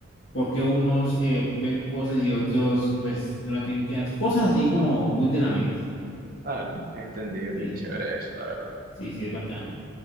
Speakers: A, on the left; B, on the right.
A: por qué unos eh, ven cosas y otros pues no la tienen que dar, cosas así como muy de la mente.
B: Vale, es entendible
A: Sí,
B: y chévere eso, la verdad.
A: sí, sí, es bacano.